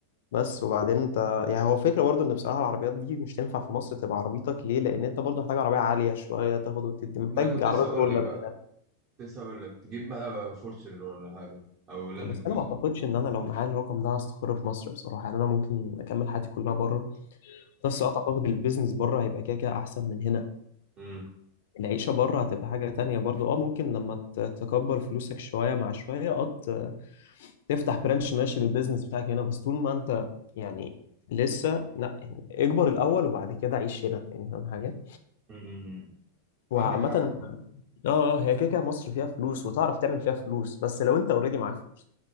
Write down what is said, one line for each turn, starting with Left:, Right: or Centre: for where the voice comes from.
Left: بس وبعدين أنت يعني هو فكرة برضه إن بصراحة العربيات دي مش تنفع في مصر تبقى عربيتك ليه؟ لأن أنت برضه محتاج عربية عالية شوية تاخد وتدي محتاج
Right: ما أنا كنت
Left: عربية
Right: لسه اقول
Left: كرولا
Right: لك بقى
Left: من الآخر.
Right: كنت لسه اقول لك تجيب بقى فورتشنر ولا حاجه او لاند
Left: بس
Right: كروزر
Left: أنا ما أعتقدش إن أنا لو معايا الرقم ده هستقر في مصر بصراحة يعني أنا ممكن أكمل حياتي كلها بره بس أعتقد البيزنس بره هيبقى كده كده أحسن من هنا
Right: امم
Left: العيشة بره هتبقى حاجة تانية برضه أه ممكن لما ت- تكبر فلوسك شوية مع شوية أه تفتح برانش ماشي للبيزنس بتاعك هنا بس طول ما انت يعني لسه لا يعني اكبر الاول وبعد كده عيش هنا يعني فاهم حاجه
Right: امم
Left: وعامه
Right: عندك حق
Left: اه آه، هي كده كده مصر فيها فلوس وتعرف تعمل فيها فلوس بس لو انت اوريدي معاك فلوس